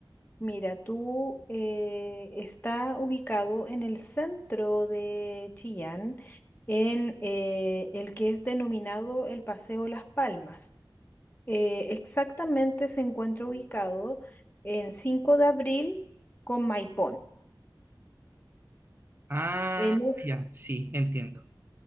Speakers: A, on the left (about 20°); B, on the right (about 25°).
A: Mira, tú eh, está ubicado en el centro de Chillán, en eh, el que es denominado el Paseo Las Palmas. Eh, exactamente se encuentra ubicado en cinco de abril con Maipón.
B: Ah,
A: En, e,
B: ya, sí, entiendo.